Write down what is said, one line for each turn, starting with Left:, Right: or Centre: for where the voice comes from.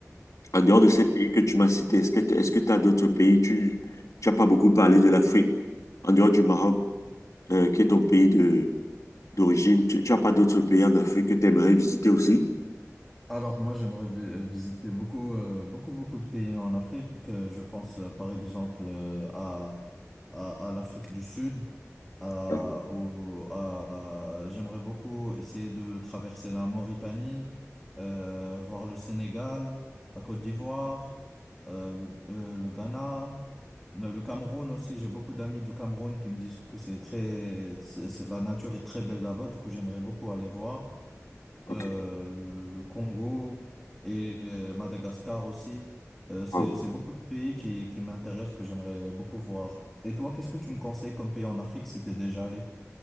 Left: En dehors de ces pays que tu m'as cités, est-ce que t- est-ce que tu as d'autres pays? Tu tu as pas beaucoup parlé de l'Afrique. En dehors du Maroc, euh, qui est ton pays de d'origine, tu, tu as pas d'autres pays en Afrique que tu aimerais visiter aussi?
Centre: Alors moi, j'aimerais vi- euh, visiter beaucoup, euh, beaucoup, beaucoup de pays en Afrique. Euh, Je pense euh, par exemple euh, à, à, à l'Afrique du Sud. À,
Left: Ouais.
Centre: au- à- j'aimerais beaucoup essayer de traverser la Mauritanie, euh, voir le Sénégal, la Côte d'Ivoire, euh, le, euh, le Ghana, le le Cameroun aussi. J'ai beaucoup d'amis du Cameroun qui me disent que c'est très, c'est- c'est- la nature est très belle là-bas. Du coup, j'aimerais beaucoup aller voir
Left: Ok.
Centre: euh, le, le Congo et euh, Madagascar aussi. Euh, c'est,
Left: Wow.
Centre: c'est beaucoup de pays qui, qui m'intéressent, que j'aimerais beaucoup voir. Et toi, qu'est-ce que tu me conseilles comme pays en Afrique si t'es déjà allé?